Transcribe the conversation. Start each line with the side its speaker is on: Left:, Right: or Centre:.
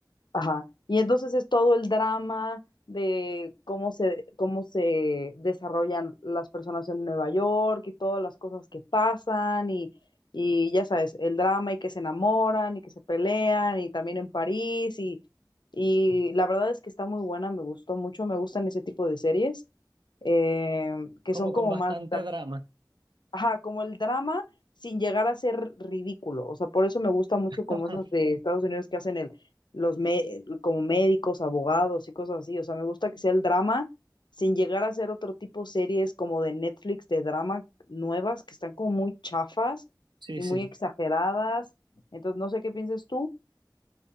Left: Ajá. Y entonces es todo el drama de cómo se, cómo se desarrollan las personas en Nueva York y todas las cosas que pasan y, y ya sabes, el drama y que se enamoran y que se pelean y también en París y, y la verdad es que está muy buena, me gustó mucho, me gustan ese tipo de series eh, que
Right: Como
Left: son
Right: con
Left: como
Right: bastante
Left: más
Right: drama.
Left: ajá, como el drama sin llegar a ser ridículo. O sea, por eso me gusta mucho
Right: <laughs>
Left: como esas de Estados Unidos que hacen el, los me- como médicos, abogados y cosas así. O sea, me gusta que sea el drama sin llegar a ser otro tipo series como de Netflix de drama nuevas que están como muy chafas
Right: Sí,
Left: y
Right: sí.
Left: muy exageradas. Entonces, no sé qué pienses tú